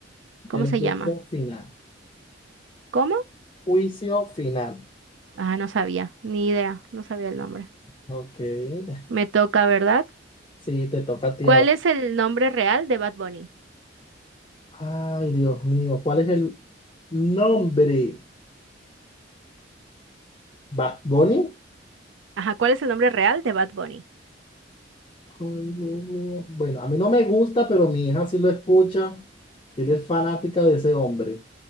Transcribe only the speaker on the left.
el
juicio
final.
Juicio final.
Ok. <laughs>
Sí, te toca a ti
ahora.
Ay, Dios mío, ¿cuál es el nombre? ¿Bad Bunny?
Código- Bueno, a mí no me gusta, pero mi hija sí lo escucha. Ella es fanática de ese hombre.